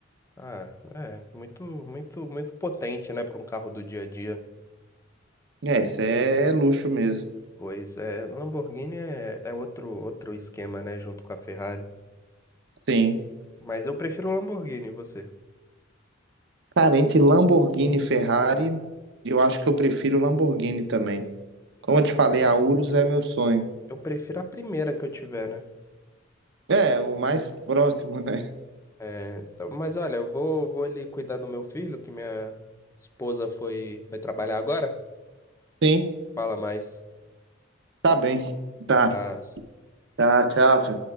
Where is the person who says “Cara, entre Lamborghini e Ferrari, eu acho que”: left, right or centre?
Right